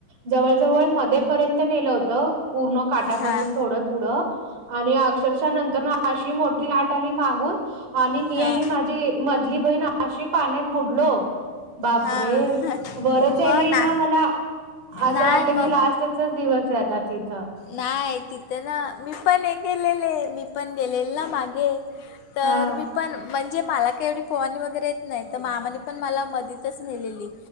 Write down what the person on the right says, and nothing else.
जवळजवळ मध्ये पर्यंत नेलं -तं पूर्ण काटापासून
थोडं पुढं आणि अक्षरश नंतर न अशी मोट् -ठी लाट आली मागून आणि मी
आणि माझी मधली बहीण अशी पाण्यात बुडलो बापरे
वरच यायला
इना आम्हाला. असं
वाटलं
की लास्टचाच दिवसाय आता तिथं
हा